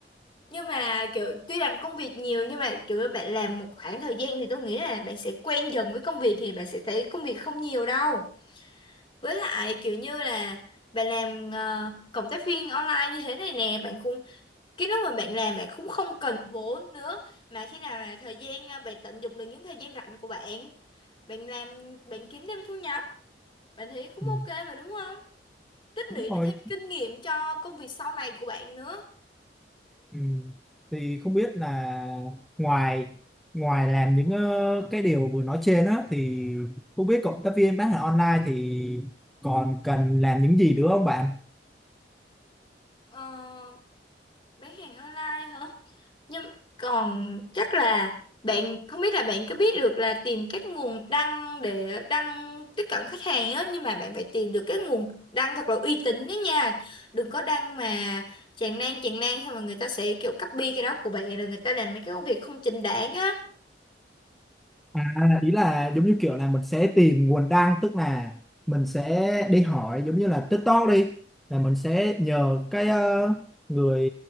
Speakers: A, on the left (about 30°); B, in the centre.
A: nhưng mà kiểu tuy rằng công việc nhiều nhưng mà kiểu bạn làm một khoảng thời gian thì tôi nghĩ là bạn sẽ quen dần với công việc thì bạn sẽ thấy công việc không nhiều đâu với lại kiểu như là bạn làm ờ, cộng tác viên online như thế này nè bạn cũng cái lúc mà bạn làm bạn cũng không cần vốn nữa mà khi nào là thời gian à, bạn tận dụng được những thời gian rảnh của bạn bạn làm bạn kiếm thêm thu nhập bạn thấy cũng ok
B: Ừ,
A: mà đúng không tích
B: Đúng
A: lũy
B: rồi
A: được thêm kinh nghiệm cho công việc sau này của bạn nữa
B: Ừ. Thì không biết là ngoài ngoài làm những ờ, cái điều vừa nói trên á thì không biết cộng tác viên bán hàng online thì còn cần làm những gì nữa không bạn?
A: ờ, bán hàng online hả Nhưng còn chắc là bạn không biết là bạn có biết được là tìm các nguồn đăng để đăng tiếp cận khách hàng á nhưng mà bạn phải tìm được cái nguồn đăng thật là uy tín đó nha đừng có đăng mà tràn lan tràn lan xong rồi người ta sẽ kiểu copy cái đó của bạn rồi người ta làm mấy cái công việc không chính đáng á
B: À, ý là giống như kiểu là mình sẽ tìm nguồn đăng tức là mình sẽ đi hỏi giống như là TikTok đi là mình sẽ nhờ cái ờ, người